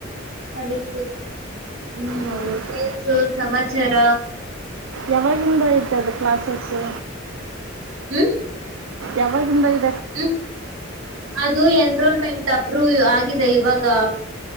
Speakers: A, on the right; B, on the right.
A: ಅದಿಕ್ಕೆ. ಹ್ಮ್
B: ಹೌದು
A: ಏನ್ ಸು ಸಮಾಚಾರ.
B: ಯಾವಾಗಿಂದ ಆಯ್ತೆ ಅದು ಕ್ಲಾಸಸು
A: ಹ್ಮ್
B: ಯಾವಾಗಿಂದ ಆಯ್ತ್
A: ಹ್ಮ ಅದು ಎನ್ರೋಲ್ಮೆಂಟ ರು ಆಗಿದೆ ಇವಾಗ